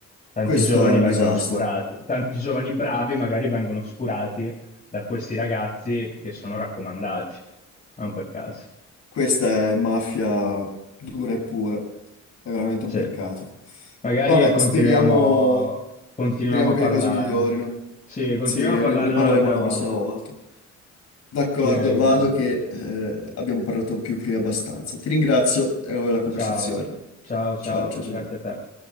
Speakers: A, on the left; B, on the left.
A: Tanti
B: questo
A: giovani
B: è un
A: vengono
B: disastro.
A: oscurati, tanti giovani bravi magari vengono oscurati da questi ragazzi che sono raccomandati, non per caso.
B: Questa è mafia dura e pura. È veramente
A: Sì.
B: un peccato.
A: Magari
B: Vabbè,
A: continuiamo,
B: speriamo,
A: continuiamo
B: speriamo
A: a
B: che
A: parlarne.
B: le cose migliorino.
A: Sì, continuiamo
B: Sì, ne,
A: a parlarne
B: ne parleremo
A: un'altra
B: la
A: volta.
B: prossima volta. D'accordo,
A: Direi
B: vado
A: che...
B: che eh, abbiamo parlato più che abbastanza. Ti ringrazio, è una bella conversazione.
A: Ciao, ciao, ciao,
B: Ciao, ciao, ciao.
A: grazie a te.